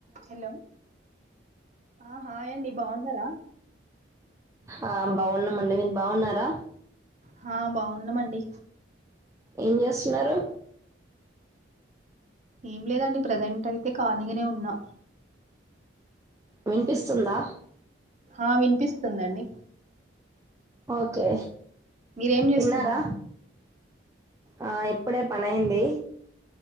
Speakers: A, on the right (about 35°); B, on the right (about 15°).
A: Hello ఆ hi అండి బావున్నారా?
B: హా బావున్నామండి మీరు బావున్నారా?
A: హా బావున్నామండి.
B: ఏం చేస్తున్నారు?
A: ఏం లేదండి ప్రజెంట్ అయితే ఖాళీగానే ఉన్నా.
B: వినిపిస్తుందా?
A: ఆ వినిపిస్తుందండి.
B: ఓకే
A: మీరేం చేస్తున్నారు
B: తిన్నారా? ఆ ఇప్పుడే పని అయింది.